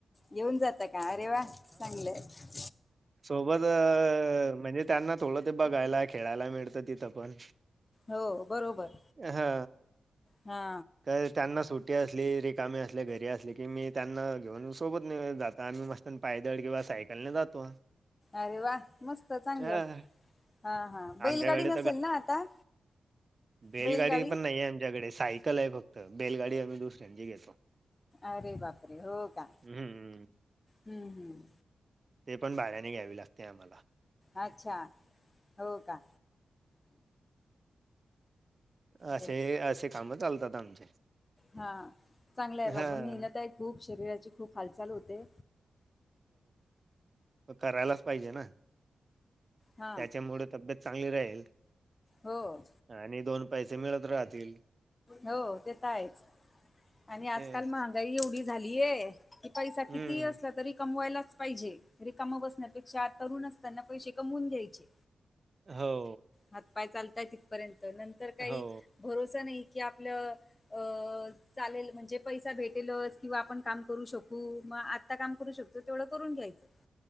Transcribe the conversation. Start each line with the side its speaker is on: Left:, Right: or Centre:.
Left: येऊन जात का अरे वा चांगलंय आहे.
Right: सोबत म्हणजे त्यांना थोडं ते बघायला खेळायला मिळतं तिथं पण
Left: हो बरोबर
Right: हा
Left: हा
Right: काय त्यांना सुट टी असली रिकामे असले घरी असले की मी त्यांना घेऊन सोबत नेऊन जाता आणि मस्त पण पायदळ किंवा सायकलने जातो.
Left: अरे वा मस्त चांगलं
Right: हां,
Left: हा हा बैलगाडी
Right: आमच्याकडे
Left: नसेल ना आता?
Right: बेलगाडी
Left: बैलगाडी
Right: पण नाही सायक ल आहे फक्त बेलगाडी आम्ही दुसऱ्यांची घेतो.
Left: अरे बापरे हो का?
Right: हं,
Left: हम्म हम्म.
Right: ते पण भाड्याने घ्यावी लागते आम्हाला.
Left: अच्छा हो का?
Right: असे
Left: तेच
Right: असे काम चालतात आमचे.
Left: हा चांगला आहे
Right: हां,
Left: बाबा मेहनत आहे. खूप शरीराची खूप हालचाल होते.
Right: करायलाच पाहिजे ना.
Left: हा
Right: त्याच्यामुळे तब्येत चांगली राहील
Left: हो
Right: आणि दोन पैसे मिळत राहतील.
Left: हो ते तर आहेच. आणि आजकाल
Right: तेच
Left: महागाई एवढी झालीय. की पैसा
Right: हम्म
Left: किती असला तरी कमवायलाच पाहिजे रिकम बसण्यापेक्षा तरुण असताना पैसे कमवून घ्यायचे.
Right: हो.
Left: हातपाय चालतय तिथपर्यंत नंतर काही
Right: हो
Left: भरोसा नाही कि आपलं अ चालेल म्हणजे पैसा भेटेलच किंवा आपण काम करू शकू मग आत्ता काम करू शकू होतय तेवढं करून घ्यायचं.